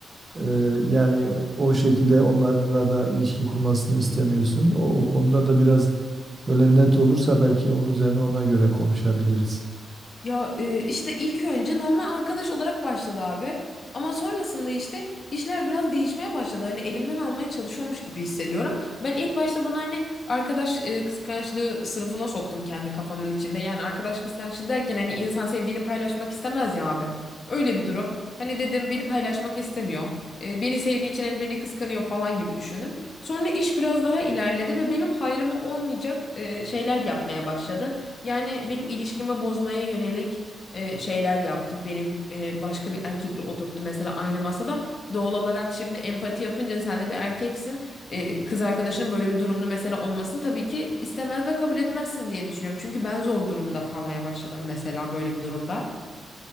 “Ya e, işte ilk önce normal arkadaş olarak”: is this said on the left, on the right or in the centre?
Left